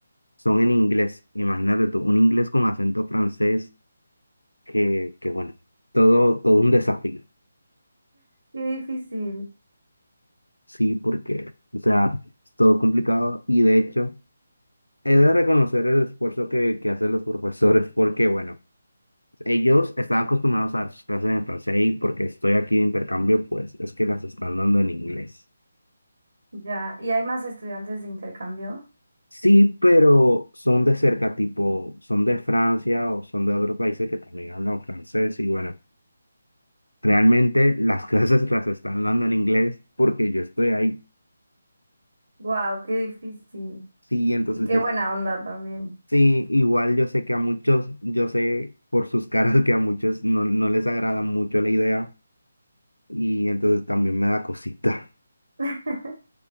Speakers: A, on the left; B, on the right.
A: son en inglés. Imagínate tú, un inglés con acento francés que, que bueno, todo, todo un desafío,
B: ¡Qué difícil!
A: sí, porque, o sea, es todo complicado y de hecho, he de reconocer el esfuerzo que, que hacen los profesores porque, bueno, ellos están acostumbrados a sus clases en francés y porque estoy aquí de intercambio, pues es que las están dando en inglés.
B: Ya, ¿y hay más estudiantes de intercambio?
A: Sí, pero son de cerca, tipo, son de Francia o son de otros países que también hablan francés y bueno, realmente las <laughs> clases las están dando en inglés porque yo estoy ahí.
B: Wow, qué difícil!
A: Sí, entonces
B: Y qué
A: yo
B: buena onda también.
A: Sí, igual yo sé que a muchos, yo sé por sus caras que a muchos no, no les agrada mucho la idea y entonces también me da cosita.
B: <laughs>